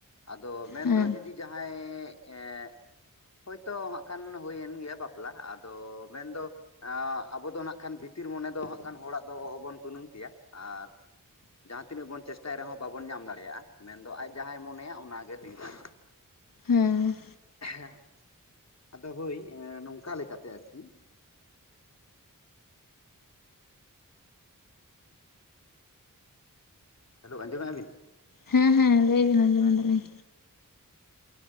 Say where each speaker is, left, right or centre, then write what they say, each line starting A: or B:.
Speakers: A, on the left; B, on the left.
A: ᱟᱫᱚ ᱢᱮᱱᱫᱚ
B: ᱦᱮᱸ
A: ᱡᱩᱫᱤ ᱡᱟᱦᱟᱸ ᱟᱭ ᱮᱜ ᱦᱳᱭᱛᱳ ᱦᱟᱸᱜ ᱠᱷᱟᱱ ᱦᱩᱭᱮᱱ ᱜᱮᱭᱟ ᱵᱟᱯᱞᱟ ᱟᱫᱚ ᱢᱮᱱᱫᱚ ᱟ ᱟᱵᱚ ᱫᱚ ᱱᱟᱜ ᱠᱷᱟᱱ ᱵᱷᱤᱛᱤᱨ ᱢᱚᱱᱮ ᱫᱚ ᱦᱟᱸᱜ ᱠᱷᱟᱱ ᱦᱚᱲᱟᱜ ᱫᱚ ᱚᱦᱚᱵᱚᱱ ᱛᱩᱱᱩᱢ ᱠᱮᱭᱟ ᱟᱨ ᱡᱟᱦᱟᱸ ᱛᱤᱱᱟᱹᱜ ᱵᱚᱱ ᱪᱮᱥᱴᱟᱭ ᱨᱮᱦᱚᱸ ᱵᱟᱵᱚᱱ ᱧᱟᱢ ᱫᱟᱲᱮᱭᱟᱜᱼᱟ ᱢᱮᱱᱫᱚ ᱟᱡ ᱡᱟᱦᱟᱸᱭ ᱢᱚᱱᱮᱭᱟ ᱚᱱᱟᱜᱮ ᱦᱩᱭᱩᱜᱼᱟ᱾
B: ᱦᱩᱸ
A: <unintelligible> ᱟᱫᱚ ᱦᱩᱭ ᱱᱚᱝᱠᱟ ᱞᱮᱠᱟᱛᱮ ᱟᱨᱠᱤ, ᱦᱮᱞᱳ ᱟᱸᱡᱚᱢᱮ-ᱟ ᱵᱤᱱ?
B: ᱦᱮᱸ ᱦᱮᱸ ᱞᱟᱹᱭ ᱵᱤᱱ ᱟᱸᱡᱚᱢ ᱮᱫᱟᱞᱤᱧ᱾